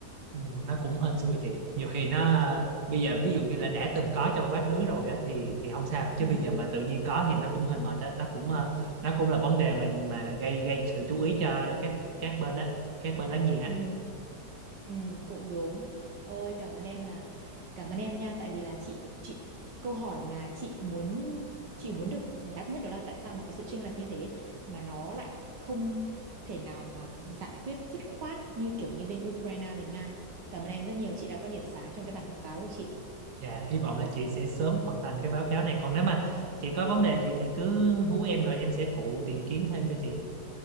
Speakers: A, on the right (about 65°); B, on the right (about 80°).
A: Ừ, nó cũng hên xui chị nhiều khi nó bây giờ ví dụ như là đã từng có trong quá khứ rồi á thì thì không sao chứ
B: Ừ.
A: bây giờ mà tự nhiên có thì nó cũng hơi mệt á nó cũng ờ, nó cũng là vấn đề mà mà gây gây sự chú ý cho các các bên á các bên láng giềng á
B: Ừ. Ừ, cũng đúng. Ôi cảm ơn em là cảm ơn em nha tại vì là chị chị câu hỏi mà chị muốn chị muốn được giải đáp nhất đó là tại sao mà có sự chênh lệch như thế mà nó lại không thể nào mà giải quyết dứt khoát như kiểu như bên Ukraine với Nga. Cảm ơn em rất nhiều, chị đã có điểm sáng trong cái bản báo cáo của chị.
A: dạ hy vọng là chị sẽ sớm hoàn thành cái báo cáo này còn nếu mà chị có vấn đề gì thì cứ hú em rồi em sẽ phụ tìm kiếm thêm cho chị